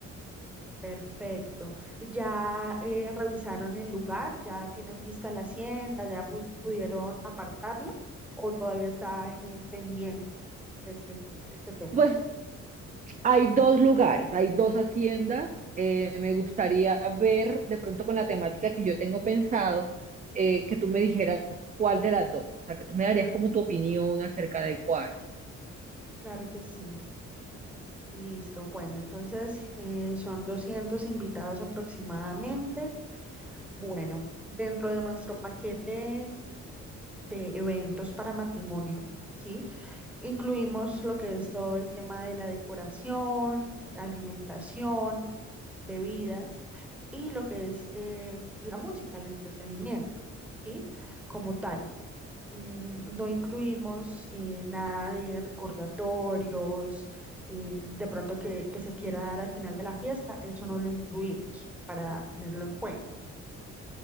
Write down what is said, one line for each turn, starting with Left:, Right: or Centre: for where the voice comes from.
Centre: perfecto. ¿Ya eh, revisaron el lugar? ¿Ya tienen vista la hacienda? ¿Ya pu- pudieron apartarla? ¿O todavía está eh, pendiente este, este tema?
Right: Pues hay dos lugares, hay dos haciendas. eh, me gustaría ver de pronto con la temática que yo tengo pensado, eh, que tú me dijeras cuál de las dos, o sea, que tú me darías como tu opinión acerca de cuál.
Centre: Claro que sí. Listo. Bueno, entonces eh, son 200 invitados aproximadamente. Bueno, dentro de nuestro paquete de eventos para matrimonio, ¿sí? Incluimos lo que es todo el tema de la decoración, alimentación, bebidas y lo que es eh, la música, el entretenimiento, ¿sí? Como tal mm, No incluimos eh, nada de recordatorios, eh, de pronto que, que se quiera dar al final de la fiesta, eso no lo incluimos para tenerlo en cuenta.